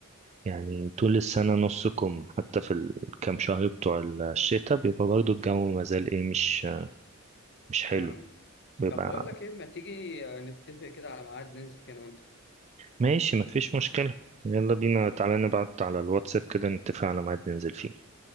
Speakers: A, on the right (about 30°); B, on the left (about 55°).
A: يعني طول السنة نص كم حتى في الكام شهر بتوع الشتاء بيبقى برضو الجو مازال ايه مش مش حلو
B: آه.
A: بيبقى
B: طب بقول لك ايه ما تيجي نتفق كده على ميعاد ننزل فيه انا وانت
A: ماشي مفيش مشكلة يلا بينا تعالى نبعت على الواتساب كده نتفق على ميعاد ننزل فيه